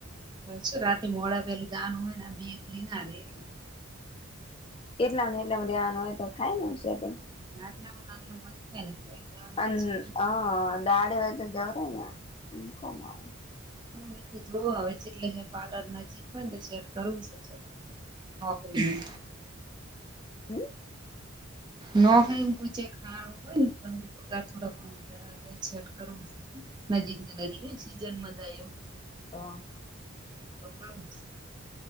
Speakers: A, on the right; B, on the left.
A: પછ રાતી મોડા પેલું ગાન હોય ને બેક લી ના રે એટલે
B: એટલાને એટલામાં ધ્યાન હોય તો થાય <unintelligible> કઈ
A: <unintelligible>
B: અન
A: છે
B: અ દાળ હોય તો જવરાય ને કોમ આવે
A: હ તો જોવ આવે છે એટલે પાર્લર નજીક હોય ને તો સેટ કરવું છે છોકરા નોકરી
B: હમ્મ.
A: ન ખાઈ પૂછે ખારું હોય ને પગાર થોડાક ઘણો વધારે આવતો <unintelligible> કરવું નજીકને નજીક ને સીઝનમાં થાય એવું
B: તો
A: તો કરું પછી